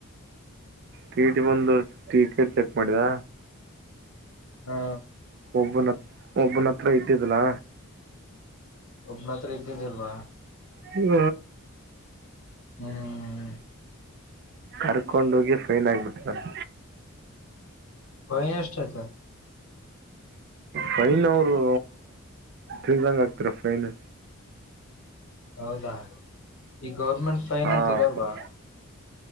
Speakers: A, on the right; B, on the left.
A: ಕೀಟಿ ಬಂದು ಟಿಕೆಟ್ ಚೆಕ್ ಮಾಡಿದ
B: ಹಾ
A: ಒಬ್ಬನತ್ರ ಒಬ್ಬನ ಹತ್ರ ಇದ್ದಿದಲಾ
B: ಒಬ್ಬನತ್ರ ಇದ್ದಿದ್ದಿಲ್ವಾ
A: ಹ್ಮ
B: ಹ್ಮ್
A: ಕರ್ಕೊಂಡ ಹೋಗಿ ಫೈನ್ ಆಗ್ಬಿಟ್ಟ ನಾನು
B: ಹನ ಎಷ್ಟಟ
A: ಫೈನ್ ಅವರು ತಿಳಿದಂಗ ಆಗ್ತರ ಫೈನ್
B: ಹೌದಾ ಈ ಗೌರ್ಮೆಂಟ್ ಫೈನ್
A: ಹಾಂ
B: ಅಂತ ಇರೋಲ್ವಾ